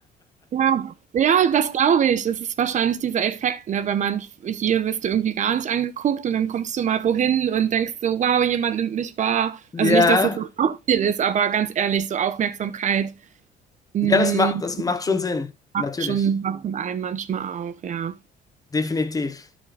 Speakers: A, on the right; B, on the left.
A: Ja, ja, das glaube ich. Das ist wahrscheinlich dieser Effekt, ne? Wenn man hier wirst du irgendwie gar nicht angeguckt und dann kommst du mal wohin und denkst so, wow, jemand nimmt mich wahr. Also
B: Ja,
A: nicht, dass das das Hauptziel ist, aber ganz ehrlich, so Aufmerksamkeit Hm,
B: ja, das macht, das macht schon Sinn.
A: macht
B: Natürlich.
A: schon was mit einem manchmal auch, ja.
B: Definitiv.